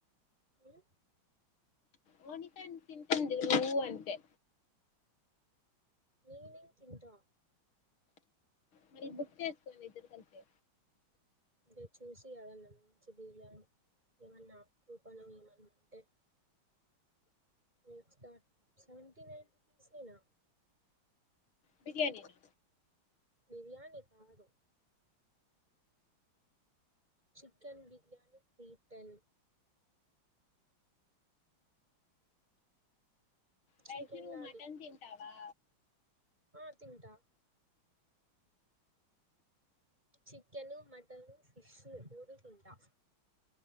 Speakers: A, on the right; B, on the left.
A: మ్..
B: మోనిక ఎంత తింటంది నువ్వు అంతే
A: నేనేం తింటా
B: మళ్ళీ బుక్ చేసుకోండి ఇద్దరుకలిసి
A: దే చూసి యాదన్న మంచిదిగాని ఏమన్నా కూపన్లు ఏమన్నా ఉంటే వెబ్స్ డాట్ సెవెన్టీ నైన్ రూపీసేనా
B: బిర్యానీ నా
A: బిర్యాని కాదు chicken biryani three ten
B: Vaishu
A: chicken lollipop
B: mutton తింటావా
A: ఆ తింటా చికెను మటను ఫిష్ మూడు తింటా